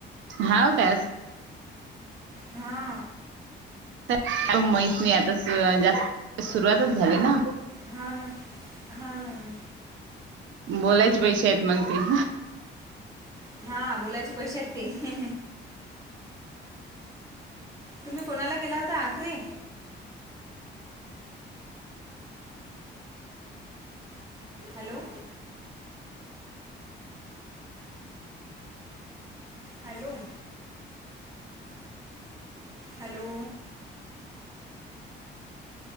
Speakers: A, on the right; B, on the right.
A: हाव काय असं
B: हा.
A: <unintelligible> माहित नाही, आता जास्त सुरुवातच झाली ना.
B: हा ना, हा ना ना.
A: बोलायचे पैशे आहेत मग ते.
B: हा, बोलायच पैशे आहेत ते. तुम्ही कुणाला केला होता आखरी? हॅलो. हॅलो. हॅलो